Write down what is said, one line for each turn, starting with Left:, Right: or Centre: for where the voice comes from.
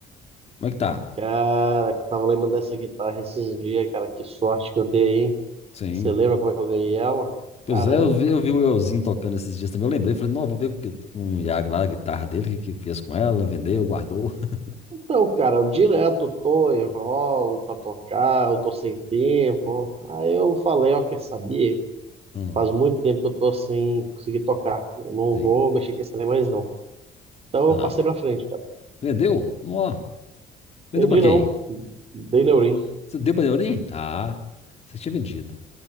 Left: Como é que tá?
Right: Cara, tava lembrando dessa guitarra esses dias, cara. Que sorte que eu dei, hein?
Left: Sim.
Right: Você lembra como é que eu ganhei ela?
Left: Pois
Right: Caramba.
Left: é, eu vi, eu vi o Elzinho tocando esses dias também. Eu lembrei, falei, não, vou ver com, o gui- com o Iago lá, a guitarra dele, o que que fez com ela, vendeu, guardou. <laughs>
Right: Então, cara, eu direto tô, enrolo pra tocar, eu tô sem tempo. Aí eu falei, ó, quer saber?
Left: Hum,
Right: Faz muito tempo que eu tô sem conseguir tocar. Eu não
Left: sim.
Right: vou mexer com esse trem mais, não. Então
Left: Ah,
Right: eu passei pra frente, cara.
Left: vendeu? Não, vendeu
Right: Vendi
Left: pra quem?
Right: não, dei neurim.
Left: Você deu pra Neurim? Ah, você tinha vendido.